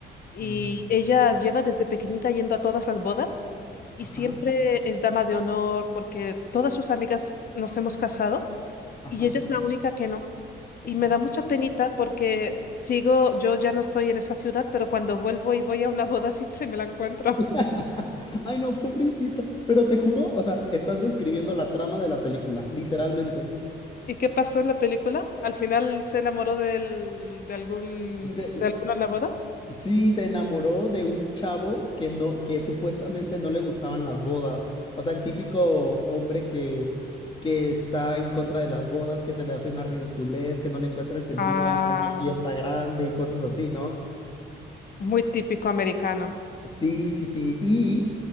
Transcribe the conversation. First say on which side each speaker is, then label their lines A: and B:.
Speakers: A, on the left; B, on the left.
A: Y
B: Mm,
A: ella lleva desde pequeñita yendo a todas las bodas y
B: Ajá,
A: siempre es dama de honor porque todas sus amigas nos hemos casado
B: ajá.
A: y ella es la única que no.
B: oh.
A: Y me da mucha penita porque sigo, yo ya no estoy en esa ciudad, pero cuando vuelvo y voy a una boda siempre me la encuentro.
B: <laughs> Ay, no, pobrecita. Pero te juro, o sea, estás describiendo la trama de la película, literalmente.
A: ¿Y qué pasó en la película? ¿Al final se enamoró del, de algún,
B: Se-
A: de alguna en la boda?
B: sí, se enamoró de un chavo que no, que supuestamente no le gustaban las bodas. O sea, el típico hombre que, que está en contra de las bodas, que se le hace una ridiculez, que no le encuentra el sentido
A: Ah,
B: a a una fiesta grande y cosas así, ¿no?
A: muy típico americano.
B: Sí, sí, sí. Y